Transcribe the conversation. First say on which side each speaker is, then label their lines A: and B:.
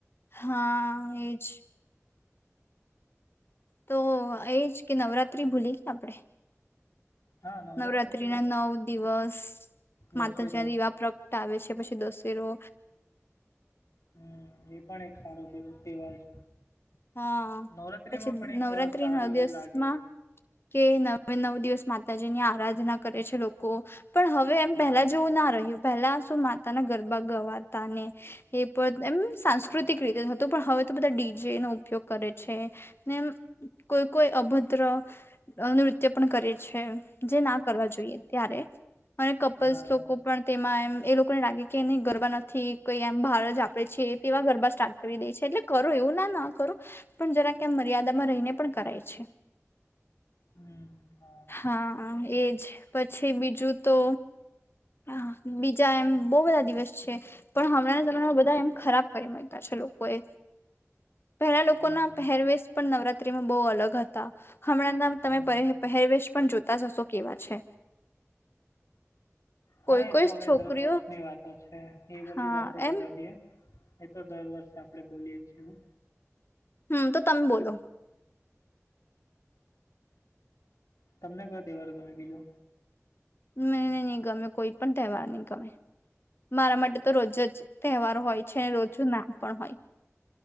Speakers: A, on the left; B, on the left.
A: હા, એજ તો એજ કે નવરાત્રી ભૂલી આપળે
B: હા નવરાત્રિ
A: નવરાત્રી
B: તો
A: ના નવ દિવસ
B: દશેરો
A: માતાજ્યા દીવા પ્ર ટાવે છે પછી દશેરો.
B: હમ્મ, એ પણ એક સારો દિવસ તેવાર છે.
A: હ,
B: નવરાત્રિમાં
A: પછી
B: પણ એક
A: નવરાત્રી
B: અ, સારું
A: નવ
B: એવું
A: દિવસમાં
B: લાગે
A: કે નવે નવ દિવસ માતાજી ની આરાજના કરે છે લોકો, પણ હવે હવે એમ
B: હા
A: પહેલા જેવું ના રહ્યું પેલા શું માતા ના ગરબા ગવાતા ને એ પદ એમ્મ સાંસ કૃતિક રીતે હતું, પણ હવે તો બધા ડીજે નો ઉપયોગ કરે છે ને કોઈ કોઈ અભદ્ર અ નૃ ત્ય પણ કરે છે, જે ના કરવા જોઈએ ત્યારે અને કપલ્સ
B: હા
A: લોકો પણ તેમાં એમ એ લોકો ને લાગે કે ની ગરબા નથી કઈ એમ બહાર જ આપળે છે તેવા ગરબા સ્ટાર્ટ કરી દે છે, એટલે કરો એવું ના ના કરો પણ જરાક એમ મર્યાદામાં રઈને પણ કરાય છે. <inaudible>
B: હમ્મ, હા.
A: હા, એજ પછી બીજું તો આહા, બીજા એમ બો બધા દિવસ છે પણ હમણાંના જમાના બધાએ એમ ખરાબ કરી મુય કા છે લોકો એ પેલા લોકો
B: હા
A: ના પહેરવેશ પણ નવરાત્રીમાં બોઉ અલગ હતા હમણાં ના તમે
B: હમ
A: પરીહેપ પહેરવેશ પણ જોતા જ હશો કેવા છે. કોઈ
B: હા, એ
A: કોઈ
B: તો હવે
A: છોકરીઓ
B: દર વર્ષની વાતો છે એ બધી
A: હા
B: વાતો
A: એમ
B: જવા દિએ એ તો દર વર્ષે આપળે બોલીયે જ છે એવું.
A: હમ્મ, તો તમ બોલો.
B: તમને કયો તેવાર ગમે બીજો?
A: મને ની ગમે કોઈ પણ તેવાર ની ગમે. મારા માટે તો રોજ જ તેવારો હોય છે, રોજુ ના પણ હોય.